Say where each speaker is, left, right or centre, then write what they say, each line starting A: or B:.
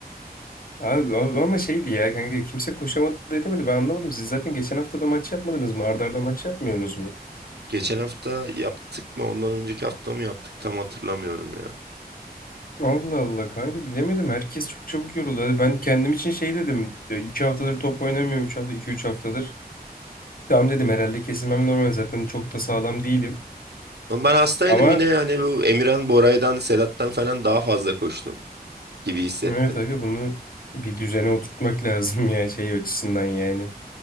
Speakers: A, on the left; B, on the right.
A: Abi o- ama şeydi ya kanka kimse koşamadı edemedi ben anlamadım. Siz zaten geçen hafta da maç yapmadınız mı? Arda arda maç yapmıyorsunuz mu?
B: Geçen hafta yaptık mı? Ondan önceki hafta mı yaptık? Tam hatırlamıyorum ya.
A: Allah Allah kanka bilemedim. Herkes çok çabuk yoruldu. Hadi ben kendim için şey dedim. Ya iki haftadır top oynamıyorum. Üç hafta, iki üç haftadır. Tamam dedim herhalde kesilmem normal. Zaten çok da sağlam değilim.
B: Ama ben hastaydım
A: Ama
B: yine hani bu Emirhan, Boray'dan, Sedat'tan falan daha fazla koştum gibi hissettim.
A: evet aga bunu bir düzene oturtmak <laughs> lazım ya şey açısından yani.